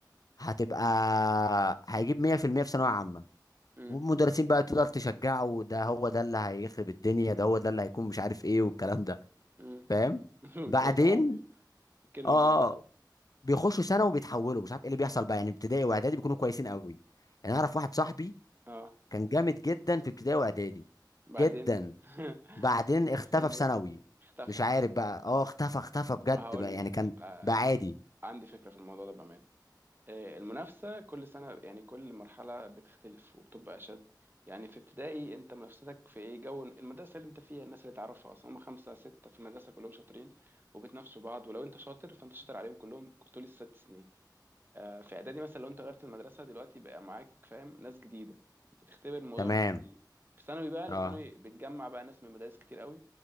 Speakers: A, on the left; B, on the right.
A: هتبقى هيجيب 100% في المية في ثانوية عامة
B: امم
A: والمدرسين بقى تفضل تشجعه ده هو ده اللي هيخرب الدنيا ده هو ده اللي هيكون مش عارف إيه والكلام ده
B: امم
A: فاهم
B: <laughs>
A: بعدين
B: وتلاقيه طبعا بي... الكيرف
A: اه
B: بينزل
A: اه بيخشوا سنه وبيتحولوا مش عارف ايه اللي بيحصل بقى يعني ابتدائي واعدادي بيكونوا كويسين قوي يعني اعرف واحد صاحبي
B: اه
A: كان جامد جدا في ابتدائي واعدادي
B: بعدين
A: جدا
B: <laughs>
A: بعدين اختفى
B: حصل له
A: في ثانوي
B: ايه اختفى
A: مش عارف بقى اه اختفى اختفى بجد
B: ما هقول
A: بقى يعني
B: لك
A: كان
B: آه
A: بقى عادي
B: عندي فكرة في الموضوع ده بأمان آه المنافسة كل سنة يعني كل مرحلة بتختلف وبتبقى أشد يعني في ابتدائي أنت منافستك في إيه جو المدرسة اللي أنت فيها الناس اللي تعرفها أصلا هم خمسة ستة في المدرسة كلهم شاطرين وبتنافسوا بعض ولو أنت شاطر فأنت شاطر عليهم كلهم طول الست سنين آه، في اعدادي مثلا لو انت غيرت المدرسه دلوقتي بقى معاك فاهم ناس جديده بتختبر الموضوع
A: تمام
B: من جديد في ثانوي بقى الثانوي
A: اه
B: بتجمع بقى ناس من مدارس كتير قوي